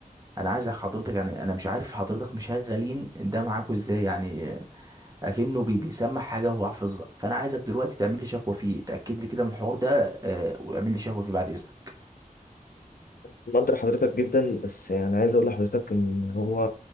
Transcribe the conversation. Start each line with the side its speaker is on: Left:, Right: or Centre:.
Right: انا عايز حضرتك يعني انا مش عارف حضرتك مشغلين ده معاكوا ازاي يعني اكنه بي بيسمع حاجه هو حافظها فانا عايزك دلوقتي تعمل لي شكوى فيه اتاكد لي كده من الحوار ده آه، واعمل لي شكوى فيه بعد اذنك
Left: بقدر حضرتك جدا بس يعني عايز اقول لحضرتك ان هو